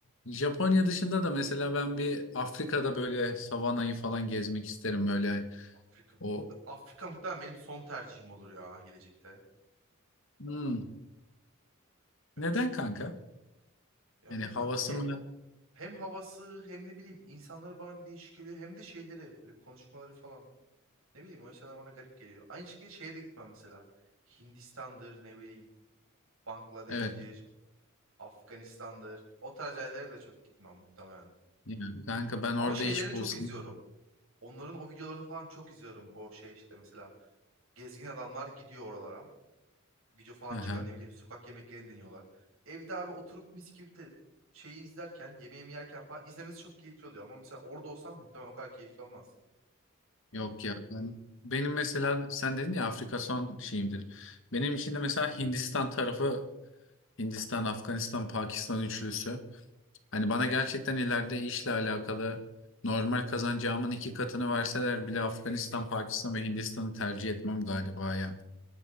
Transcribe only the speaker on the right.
Afrika.
Ba- Afrika muhtemelen benim son tercihim olur ya gelecekte.
Bilmiyorum.
Ya
bilmiyorum
hem
hem havası hem ne bileyim insanları bana bir değişik geliyor hem de şeyleri böyle konuşmaları falan. Ne bileyim o insanlar bana garip geliyor. Aynı şekilde şeye de gitmem mesela. Hindistan'dır ne bileyim Bangladeş'tir.
Afganistan'dır. O tarz yerlere de çok gitmem muhtemelen.
Ama
şeylerini
çok
izliyorum. Onların o videolarını falan çok izliyorum. O şey işte mesela gezgin adamlar gidiyor oralara. Video falan
çıkıyor ne bileyim sokak yemeklerini deniyorlar. Evde abi oturup mis gibi te- şeyi izlerken yemeğimi yerken falan izlemesi çok keyifli oluyor. Ama mesela orada olsam muhtemelen o kadar keyifli olmaz.